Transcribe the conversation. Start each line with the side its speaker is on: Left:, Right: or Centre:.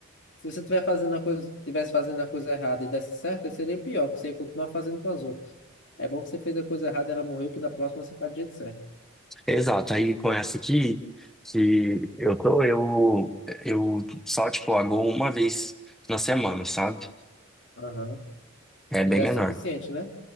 Left: se você tiver fazendo a coisa, tivesse fazendo a coisa errada e desse certo, aí seria pior, porque você ia continuar fazendo com as outras. É bom que você fez a coisa errada, ela morreu, que na próxima você faz do jeito certo.
Centre: Exato. Aí, com essa aqui, que eu tô, eu, eu só, tipo, aguo uma vez na semana, sabe?
Left: Aham.
Centre: É bem
Left: E já
Centre: menor.
Left: é suficiente, né?